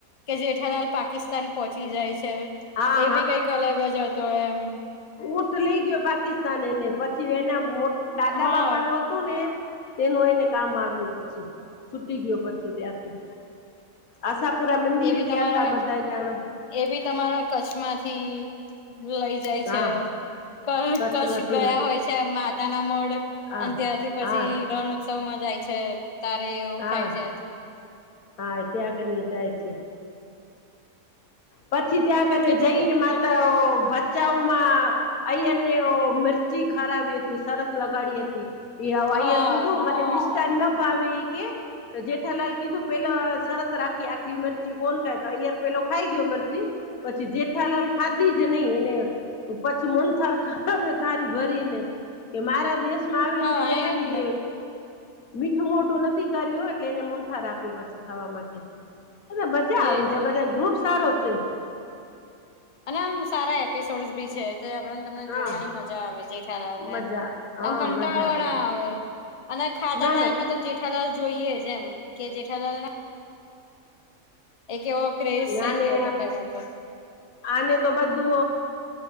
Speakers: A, on the left (about 30°); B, on the left (about 80°).
A: કે જેઠાલાલ પાકિસ્તાન પોહોંચી જાય છે
B: હા
A: એ બી કઈક અલગ જ હતો એમ
B: ઊટ લઈ ગયો પાકિસ્તાન એને પછી એના દાદા
A: હા
B: બાપા નો <unintelligible> તેનો એને કામ આવ્યું પછી છુટી ગયો પછી ત્યાંથી આશાપુરા મંદિરે
A: એ બી તમારા
B: ગયાતા બધાય યા
A: એ ભી તમારા કચ્છમાંથી લઈ જાય
B: હા
A: છે <unintelligible>
B: કચ્છમાંથી
A: કચ્છ ગયા હોય છે માતા ના મઢ
B: હા
A: અને ત્યારથી પછી
B: હા
A: રણ ઉત્સવમાં જાય છે તારે એવું
B: હા
A: થાય છે
B: હા ત્યાં કને જાય છે પછી ત્યાં કને
A: કેટલી
B: જઈને
A: બ
B: માતા ભચાઉ માં ઐયર ને ઓ મિર્ચી ખારાવી હતી સરત લગાડી હતી <unintelligible>
A: હા
B: ઐયર કીધું મને મિસ્ટાન ના ભાવે ઈ કે તો જેઠાલાલ કીધું પેલા સરત રાખી આટલી મરચી કોણ ખાય તો ઐયર પેલો ખાઈ ગયો મરચી પછી જેઠા લાલ ખાધી જ નહી એને પછી <unintelligible> થારી ભરીને કે મારા દેશ માં આવે
A: હા
B: છે ને
A: એજ
B: ખાલી મીઠું મોઢું નથી કર્યું એટલે એને મોહનથાળ આપ્યો પછી ખાવા માટે અને બધા આવી
A: એજ
B: જાય બધા ગ્રુપ સારો છે
A: અને આમ સારા એપિસોડસ બી છે આપને તમને
B: હા
A: જોવાની મજા આવે ના આવે
B: મજા હા
A: આમ કંટાળો
B: મજા
A: ના આવે અને ખાતા
B: ના
A: ટાઈમે
B: ના
A: તો જે ઠાલાલ જોઈએ જ એમ કે જેઠાલાલ એક એવો ક્રેઝ
B: નાને
A: થઇ ગયો હતો પેલા તો
B: આને તો બધું